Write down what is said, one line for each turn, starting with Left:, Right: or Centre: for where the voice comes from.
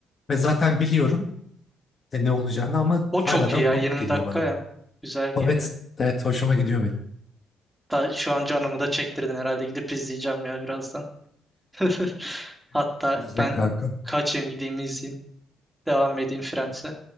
Left: Ve zaten biliyorum e, ne olacağını ama
Centre: O çok
Left: hala da
Centre: iyi
Left: komik
Centre: ya Yirmi
Left: geliyor
Centre: dakika
Left: bana.
Centre: ya. Güzel geliyor.
Left: Evet, evet hoşuma gidiyor benim.
Centre: Da, şu an canımı da çektirdin herhalde. Gidip izleyeceğim ya birazdan. <laughs> Hatta
Left: <laughs> İzle
Centre: ben
Left: kankam.
Centre: kaçayım gideyim izleyeyim. Devam edeyim Friends'e.